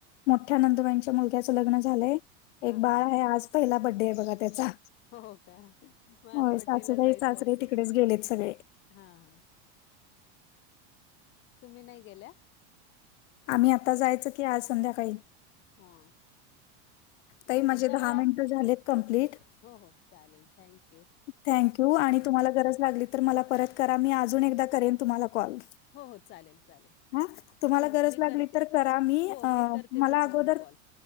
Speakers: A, on the left; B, on the left.
A: मोठ्या नंदुबाईच्या मुलग्याचं लग्न झालंय
B: हा
A: एक बाळ
B: हा
A: आहे आज पहिला बड्डे आहे बघा त्याचा.
B: हो का मग आज
A: होय
B: बड्डेला
A: सासूबाई
B: जायचं
A: सासरे
B: असेल
A: तिकडेच गेलेत सगळे.
B: हा हा. तुम्ही नाही गेल्या?
A: आम्ही आता जायचं की आज संध्याकाळी.
B: हा.
A: ताई
B: इ जवळ
A: माझे दहा मिनट
B: असलं
A: झालेत कंप्लीट.
B: हो हो चालेल थँक्
A: थँक्यू आणि तुम्हाला गरज लागली तर मला परत करा मी अजून एकदा करेन तुम्हाला कॉल.
B: हो हो चालेल चालेल.
A: हा तुम्हाला
B: हो हो
A: गरज
B: मी
A: लागली
B: करते
A: तर करा
B: हो
A: अ
B: मी करते
A: मला
B: दुपारून
A: अगोदर
B: कॉल.